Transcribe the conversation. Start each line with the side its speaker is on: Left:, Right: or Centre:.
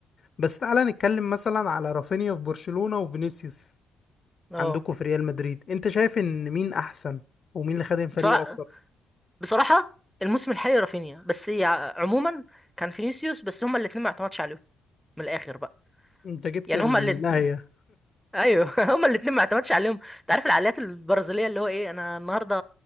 Left: بس تعالى نتكلم مثلا على رافينيا في برشلونة وفينيسيوس
Centre: اه
Left: عندكم في ريال مدريد انت شايف ان مين احسن ومين اللي خدم فريقه
Centre: بصراحه
Left: اكتر
Centre: بصراحه الموسم الحالي رافينيا بس يع- عموما كان فينيسيوس بس هما الاثنين ما اعتمدش عليهم من الاخر بقى
Left: انت جبت
Centre: يعني
Left: النهاية
Centre: هما الاتنين ايوه <laughs> هما الاتنين ما اعتمدش عليهم انت عارف العقليات البرازيليه اللي هو ايه انا النهارده